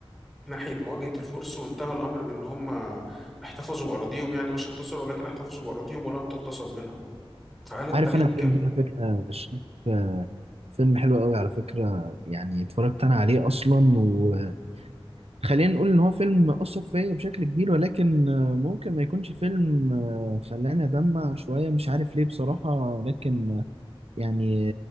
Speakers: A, in the centre; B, on the right.
A: ناحية مواجهة الفرس وانتهى الأمر بإن هم احتفظوا بأراضيهم يعني مش انتصروا ولكن احتفظوا بأراضيهم ولم تغتصب منهم فهل أنت
B: عارف
A: ليك
B: انا الفيلم ده على فكره شايف آه، فيلم حلو قوي على فكره يعني اتفرجت انا عليه اصلا وخلينا نقول ان هو فيلم اثر فيا بشكل كبير ولكن آه، ممكن ما يكونش فيلم آه، خلاني ادمع شويه مش عارف ليه بصراحه لكن آه، يعني